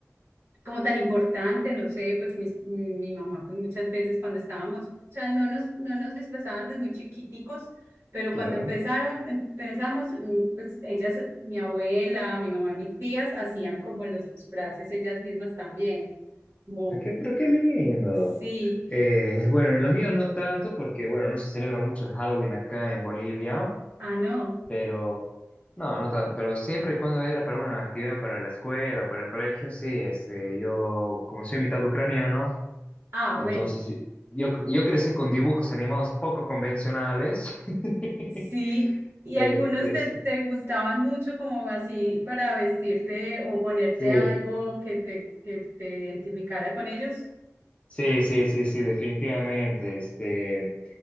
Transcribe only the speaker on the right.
como tan importante, no sé, pues mis- mi mamá, pues muchas veces cuando estábamos, o sea, no nos, no nos disfrazaban desde muy chiquiticos, pero
cuando empezaron, empezamos, mm, pues ellas, mi abuela, mi mamá, mis tías, hacían como los disfraces ellas mismas también, como,
sí,
ah, no,
ah,
bueno,
sí. Y
algunos
te,
te gustaban mucho como así para vestirte o ponerte
algo que te, que te identificara con ellos.